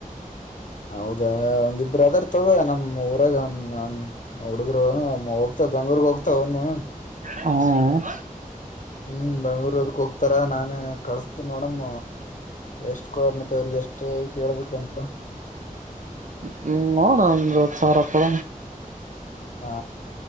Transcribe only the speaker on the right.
ಹ್ಮ್
ಹ್ಮ ನಂದು ಸರಪಡ